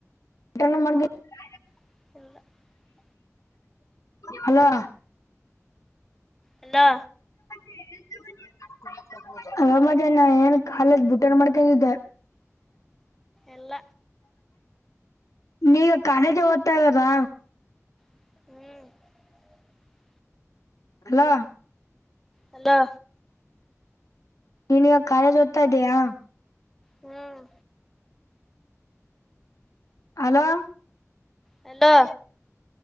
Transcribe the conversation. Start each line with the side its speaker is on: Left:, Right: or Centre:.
Left: <unintelligible>
Centre: <inaudible>
Left: ಹಲೋ.
Centre: ಅಲೋ.
Left: <unintelligible> ಅ ಮಜ ನ ಏನ್ ಕಾಲದ ಬುಟ್ಟನ್ ಮಾಡ್ಕೊಂಡಿದ್ದೆ.
Centre: ಎಲ್ಲ
Left: ನೀಗ ಕಾಲೇಜ್ ಓದ್ತಾ ಇದಾರಾ.
Centre: <inaudible>
Left: ಹಲೋ.
Centre: ಹಲೋ.
Left: ನೀನ್ವ ಕಾಲೇಜ್ ಓದ್ತಾ ಇದ್ದೀಯಾ.
Centre: ಹ್ಮ್.
Left: ಹಲೋ.
Centre: ಹಲ್ಲೋ.